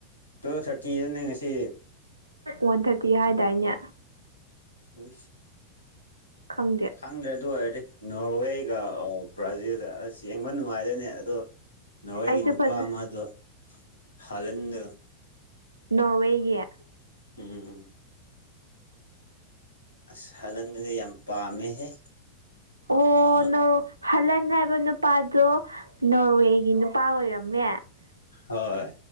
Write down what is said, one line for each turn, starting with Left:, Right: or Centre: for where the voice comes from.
Left: ꯇꯨꯋꯦꯜꯞ ꯊꯥꯔꯇꯤꯗꯅꯦ ꯉꯁꯤ
Right: ꯋꯥꯟ ꯊꯥꯔꯇꯤ ꯍꯥꯏꯗꯥꯏꯅꯦ
Left: ꯍ
Right: ꯈꯪꯗꯦ
Left: ꯈꯪꯗ꯭ꯔꯦ ꯑꯗꯨ ꯑꯣꯏꯔꯗꯤ ꯅꯣꯔꯋꯦꯒ ꯑꯣ ꯕ꯭ꯔꯥꯖꯤꯜꯒ ꯑꯁ ꯌꯦꯡꯕ ꯅꯨꯡꯉꯥꯏꯗꯣꯏꯅꯦ ꯑꯗꯣ ꯅꯣꯔꯣꯏꯒꯤ
Right: ꯑꯩꯁꯨ
Left: ꯅꯨꯄꯥ
Right: ꯐꯖ
Left: ꯑꯃꯗꯣ ꯍꯥꯍꯟꯗꯣ
Right: ꯅꯧꯋꯥꯒꯤꯦ
Left: ꯎꯝ ꯑꯁ ꯍꯜꯂꯟꯗꯨꯗꯤ ꯌꯥꯝ ꯄꯥꯝꯃꯦꯍꯦ
Right: ꯑꯣ
Left: ꯃꯥ
Right: ꯅ ꯍꯜꯂꯅ ꯍꯥꯏ ꯅꯨꯄꯥꯗꯣ ꯅꯣꯔꯋꯦꯒꯤ ꯅꯨꯄꯥ ꯑꯣꯏꯔꯝꯃꯦ
Left: ꯍꯣꯏ